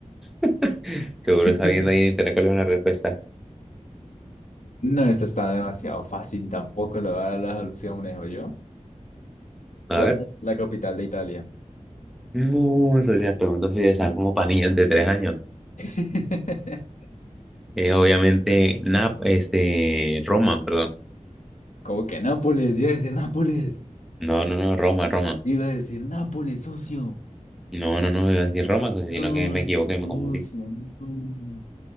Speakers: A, in the centre; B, on the left.
A: <laughs> Seguro
B: <laughs>
A: está viendo ahí en internet cuál es la respuesta.
B: No, esto está demasiado fácil, tampoco le voy a dar las opciones, yo
A: A
B: ¿Cuál
A: ver.
B: es la capital de Italia?
A: No, esas las preguntas sí están como panillas de tres años.
B: <laughs>
A: Eh, obviamente, Nap, este, Roma, perdón.
B: ¿Cómo que Nápoles? Iba a decir Nápoles.
A: No, no, no, Roma, Roma.
B: Iba a decir Nápoles, socio.
A: No, no, no, iba a decir Roma, sino
B: No,
A: que me equivoqué,
B: socio,
A: me confundí.
B: no.